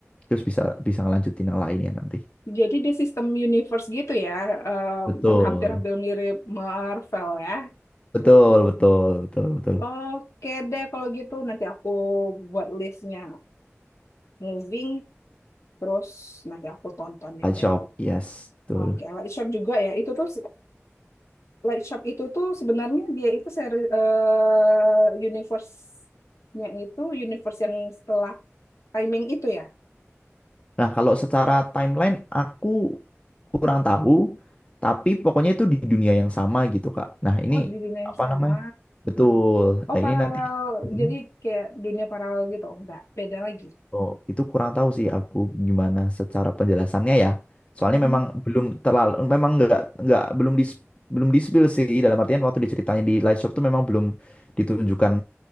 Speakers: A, on the left; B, on the left.
A: Terus bisa bisa ngelanjutin yang lainnya nanti.
B: Jadi dia sistem universe gitu ya, eh,
A: Betul,
B: hampir-hampir mirip Marvel ya.
A: betul, betul, betul, betul.
B: Oke deh kalau gitu nanti aku buat listnya moving, terus nanti aku tontonin
A: Light
B: deh.
A: Shop, yes, betul.
B: Oke, Light Shop juga ya. Itu tuh Light Shop itu tuh sebenarnya dia itu seri eh, universe-nya itu universe yang setelah timing itu ya.
A: Nah, kalau secara timeline aku kurang tahu, tapi pokoknya itu di dunia yang sama gitu, Kak. Nah, ini
B: Oh, di dunia yang
A: apa
B: sama.
A: namanya? Betul.
B: Oh,
A: Nah,
B: paralel.
A: ini nanti Hmm.
B: Jadi kayak dunia paralel gitu. Enggak, beda lagi.
A: Oh, itu kurang tahu sih aku gimana secara penjelasannya ya. Soalnya
B: Mm-mm.
A: memang belum terlalu memang nggak nggak belum di belum di spill sih dalam artian waktu diceritain di live shop tuh memang belum ditunjukkan